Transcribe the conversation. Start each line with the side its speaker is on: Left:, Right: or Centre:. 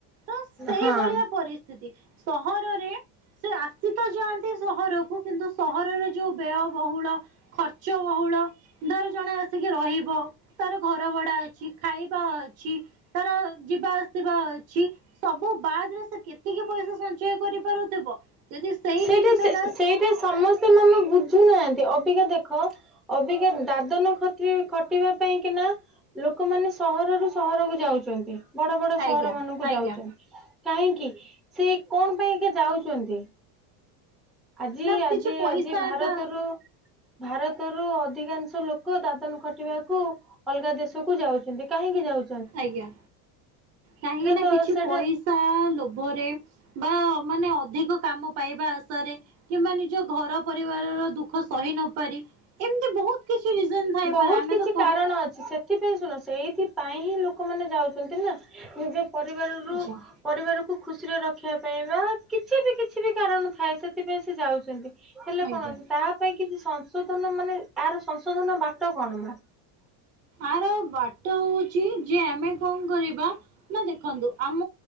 Right: ତ ସେଇଭଳିଆ
Centre: ହଁ।
Right: ପରିସ୍ଥିତି ସହରରେ ସେ। ସୀତ ଯାଆନ୍ତି ସହରକୁ କିନ୍ତୁ ସହରର ଯୋଉ ବ୍ୟୟ। ବହୁଳ ଖର୍ଚ୍ଚ ବହୁଳ ଧର ଜଣେ ଆସିକି ରହିବ। ତାର ଘରେ। ବଡା ଅଛି ଖାଇବା ଅଛି ତାର ଯିବା ଆସିବା ଅଛି ସବୁ ବାଦ ରେ ସେ କେତିକି ପଇସା ସଞ୍ଚୟ କରିପାରୁଥିବ। ଯଦି ସେଇ
Centre: ସେଇଟା
Right: ଜିନିଷ
Centre: ସେ
Right: ଟା
Centre: ସେଇଟା ସମସ୍ତେ ମାନେ ବୁଝୁନାହାନ୍ତି। ମାନେ ଅବିକା ଦେଖ ଅବିକା ଦାଦନ ଖତି ଖଟିବା ପାଇଁ କିନା ଲୋକମାନେ ସହରରୁ ସହରକୁ ଯାଉଛନ୍ତି। ବଡ ବଡ ସହର
Right: ଆଜ୍ଞା
Centre: ମାନଙ୍କୁ
Right: ଆଜ୍ଞା
Centre: ଯାଉଛନ୍ତି। କାହିଁକି ସେ କଣ ପାଇଁ ଯାଉଛନ୍ତି। ଆଜି
Right: ନା
Centre: ଆଜି
Right: କିଛି ପଇସା
Centre: ଆଜି ଭାରତରୁ
Right: ଏକା
Centre: ଭାରତରୁ। ଅଧିକାଂଶ ଲୋକ ଦାଦନ ଖଟିବାକୁ ଅଲଗା ଦେଶକୁୁ ଯାଉଛନ୍ତି କାହିଁକି ଯାଉ।
Right: ଆଜ୍ଞା କାହିଁକି ନା
Centre: ତ
Right: କିଛି
Centre: ସେଇଟା
Right: ପଇସା ଲୋଭରେ ବା ମାନେ ଅଧିକ କାମ। ପାଇବା ଆଶାରେ କିମ୍ବା ନିଜ ଘର ପରିବାର ର ଦୁଃଖ ସହି ନ ପାରି ଏମିତି ବହୁତ କିଛି। ରିଜନ ଥାଇପାରେ
Centre: ବହୁତ
Right: ଆମେ
Centre: କିଛି
Right: ତ କହ
Centre: କାରଣ ଅଛି ସେଥିପାଇଁ ଶୁଣ ସେ ସେଇଥିପାଇଁ ହିଁ ଲ। ଲୋକମାନୋନେ ଯାଉଛନ୍ତି ନା ନିଜ। ପରିବାରରୁ
Right: ଆଚ୍ଛା
Centre: ପରିବାରକୁ ଖୁସି। ଖୁସିରେ ରଖିବା ପାଇଁ ବା କିଛି ବି କିଛି ବି କାରଣ ଥାଏ ସେଥିପାଇଁ ସେ ଯାଉଛନ୍ତି। ହେଲେ
Right: ଆଜ୍ଞା।
Centre: କଣ ଅଛି ତାପାଇଁ କିଛି ସ। ସଂଶୋଧନ ମାନେ ଏହାର ସଂଶୋଧନ ବାଟ। କଣ ମା।
Right: ଆର ବାଟ ହଉ। ଯେ ଆମେ କଣ କରିବା ନା ଦେଖନ୍ତୁ ଆମ